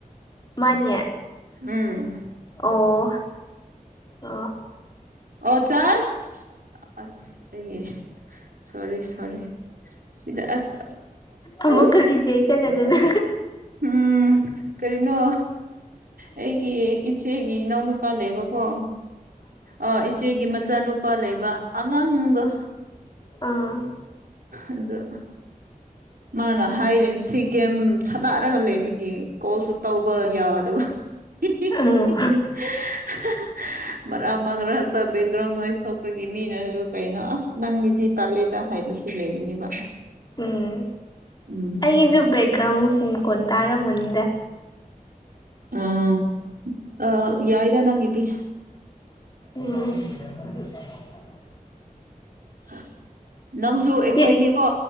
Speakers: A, on the left (about 30°); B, on the right (about 80°).
A: ꯃꯥꯟꯅꯦ
B: ꯎꯝ
A: ꯑꯣ ꯑꯥ
B: ꯑꯣ ꯆꯥꯟ ꯑꯁ ꯑꯩꯒꯤ ꯁꯣꯔꯤ ꯁꯣꯔꯤ ꯁꯤꯗ ꯑꯁ
A: ꯑꯃꯨꯛꯀ
B: ꯎ
A: ꯔꯤꯖꯦꯛ ꯆꯠꯂꯗꯅ
B: ꯎꯝ ꯀꯔꯤꯅꯣ ꯍꯦꯡ ꯑꯩꯒꯤ ꯏꯆꯦꯒꯤ ꯏꯅꯥꯎꯅꯨꯄꯥ ꯂꯩꯕꯀꯣ ꯑꯥ ꯏꯆꯦꯒꯤ ꯃꯆꯥꯅꯨꯄꯥ ꯂꯩꯕ ꯑꯉꯥꯡꯗꯣ
A: ꯑꯥ
B: ꯑꯗꯨ ꯃꯥꯅ ꯍꯥꯏꯔꯤꯅꯦ ꯁꯤ ꯒꯦꯝ ꯁꯥꯟꯅꯥꯔꯒ ꯂꯩꯕꯒꯤ ꯀꯣꯜꯁꯨ ꯇꯧꯕ ꯌꯥ ꯍꯤꯍꯤ
A: ꯎꯝ
B: ꯍꯥꯍꯥ ꯃꯔꯛ ꯃꯔꯛ ꯄ ꯕꯦꯛꯒ꯭ꯔꯥꯎꯟ ꯅꯣꯏꯁ ꯊꯣꯛꯄꯒꯤ ꯃꯤꯅ ꯀꯩꯅꯣ ꯑꯁ ꯅꯪꯒꯤꯗꯤ ꯇꯥꯜꯂꯦꯗ ꯍꯥꯏꯕꯁꯨ ꯑꯗꯨ ꯂꯩꯕꯅꯦꯕ
A: ꯎꯝ
B: ꯎꯝ
A: ꯑꯩꯒꯤꯁꯨ ꯕꯦꯛꯒ꯭ꯔꯥꯎꯟꯁꯤꯡ ꯃꯈꯣꯟ ꯇꯥꯔꯝꯒꯅꯤꯗ
B: ꯑꯥ ꯑꯥ ꯌꯥꯏꯗ ꯅꯪ ꯒꯤꯗꯤ
A: ꯎꯝ
B: <inaudible> ꯅꯪꯁꯨ ꯑꯩꯈꯣꯏꯅꯤꯀꯣ
A: ꯆꯦ